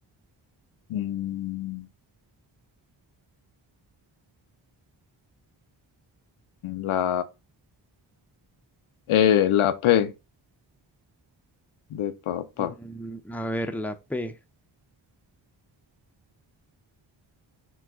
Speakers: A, on the left; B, in the centre.
A: Mm, La E. La P. De papá.
B: Mm, A ver, la P.